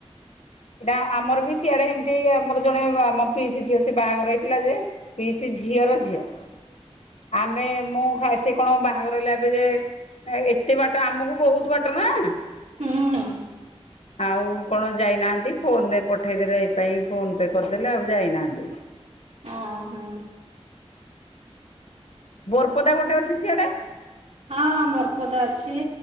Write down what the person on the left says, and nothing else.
ଏଇଟା ଆମର ବି ସିଆଡେ ହେମିତି ଆମର ଜଣେ ଆମ ପିସି ଝିଅ ସେ ବାହାଘର ହେଇଥିଲା ଯେ ପିଇସି ଝିଅରଝିଅ।
ଆମେ ମୁଁ ଖାସି ଆପଣ ବାହାଘର ହେଲେ ଏବେ ଯେ ଏତେ ବାଟ ଆମକୁ ବହୁତ ବାଟ ନା
ଆଉ କଣ ଯାଇନାହାନ୍ତି ଫୋନରେ ପଠେଇଦେଲେ ଏଇପାଇ ଫୋନ ପେ କରିଦେଲେ ଆଉ ଯାଇନାହାନ୍ତି।
ବୋରପଦା ଗୋଟେ ଅଛି ସିଆଡେ